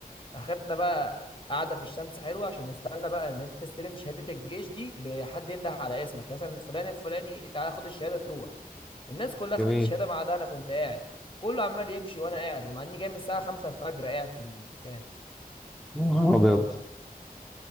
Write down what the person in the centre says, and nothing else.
جميل
<laughs> ابيض